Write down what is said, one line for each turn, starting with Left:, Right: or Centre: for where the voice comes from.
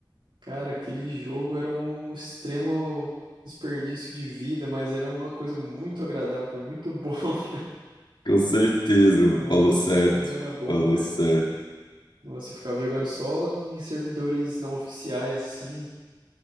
Right: cara, aquele jogo era um extremo desperdício de vida, mas era uma coisa muito agradável, muito bom, <laughs> né?
Left: Com certeza, mano,
Right: Nossa,
Left: falou certo,
Right: como era bom,
Left: falou
Right: velho.
Left: certo.
Right: Nossa, eu ficava jogando só em servidores não oficiais, assim,